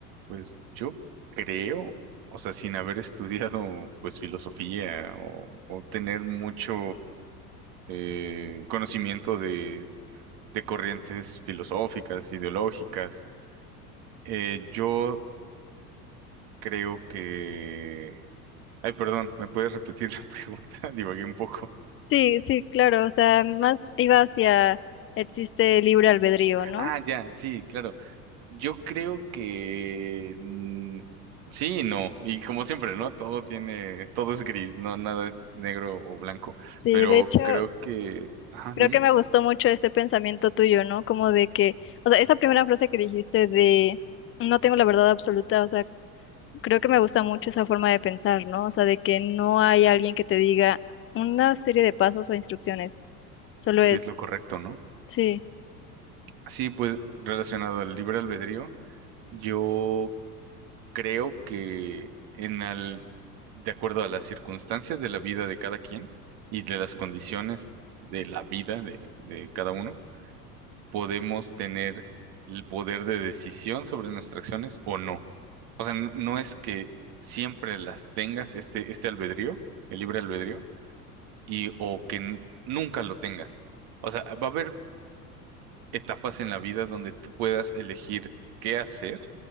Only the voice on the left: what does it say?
Sí, sí, claro, o sea, más iba hacia existe libre albedrío, ¿no?
Sí,
de hecho,
creo
que me gustó mucho ese pensamiento tuyo, ¿no? Como de que, o sea, esa primera frase que dijiste de no tengo la verdad absoluta, o sea, Creo que me gusta mucho esa forma de pensar, ¿no? O sea, de que no hay alguien que te diga una serie de pasos o instrucciones, solo es,
sí,